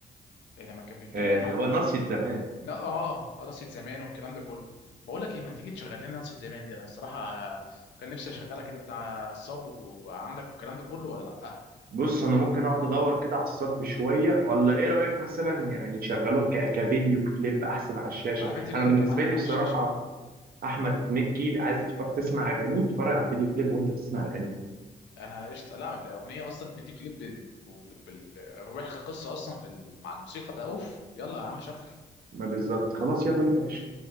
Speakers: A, on the left; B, on the right.
A: آه، لما كان بيتكلم
B: آه، اللي
A: عن
B: هو ناصية زمان
A: لا اه قرصة زمان والكلام ده كله بقول لك ايه ما تيجي تشغل لنا قرصة زمان دي انا الصراحه آه، كان نفسي اشغلها كده انت صب وعندك الكلام ده كله ولا لا
B: بص انا ممكن اقعد ادور كده على الصب شويه ولا ايه رايك مثلا يعني يشغلوها ك- كفيديو كليب احسن على الشاشه
A: مع فيديو
B: انا
A: كليب
B: بالنسبه
A: يا معلم
B: لي
A: على
B: بصراحه
A: الشاشه
B: احمد مكي عايز تتف- تسمع اغانيه اتفرج على الفيديو كليب وانت بتسمع اغانيه
A: انا قشطه لا الاغنيه اصلا فيديو كليب بال- بال- بال- بيحكي قصه اصلا في ال- مع الموسيقى بتاع اوف يلا يا عم شغل
B: ما بالظبط خلاص يلا بينا يا باشا